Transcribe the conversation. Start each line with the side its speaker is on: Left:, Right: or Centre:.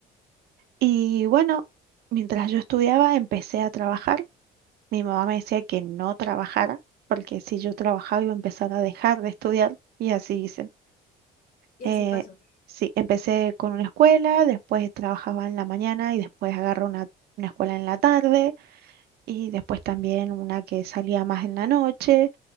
Right: Y bueno, mientras yo estudiaba, empecé a trabajar. Mi mamá me decía que no trabajara, porque si yo trabajaba iba a empezar a dejar de estudiar. Y así hice.
Left: Y
Right: Eh,
Left: así pasó,
Right: sí, empecé con una escuela, después trabajaba en la mañana y después agarré una, una escuela en la tarde y después también una que salía más en la noche.